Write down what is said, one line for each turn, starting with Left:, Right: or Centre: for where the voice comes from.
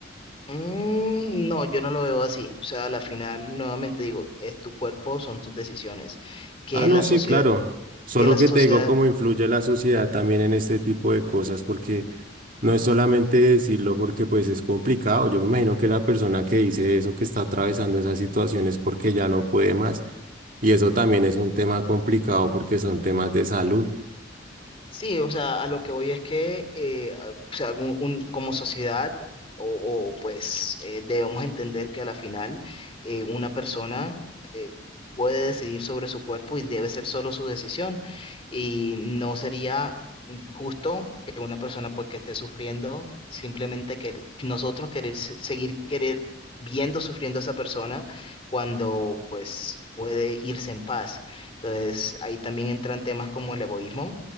Left: Mm, no, yo no lo veo así. O sea, a la final, nuevamente digo, es tu cuerpo, son tus decisiones. Que
Right: Ah, no,
Left: la
Right: sí,
Left: sociedad,
Right: claro. Solo
Left: que la sociedad
Right: que te digo cómo influye la sociedad también en este tipo de cosas, porque no es solamente decirlo porque pues es complicado. Yo me imagino que la persona que dice eso, que está atravesando esas situaciones porque ya no puede más. Y eso también es un tema complicado porque son temas de salud.
Left: Sí, o sea, a lo que voy es que eh, a- o sea, un- un- como sociedad o, o, pues eh, debemos entender que a la final eh, una persona eh, puede decidir sobre su cuerpo y debe ser solo su decisión y no sería justo que una persona pues que esté sufriendo simplemente que nosotros querer se- seguir querer viendo sufriendo a esa persona cuando pues puede irse en paz. Entonces ahí también entran temas como el egoísmo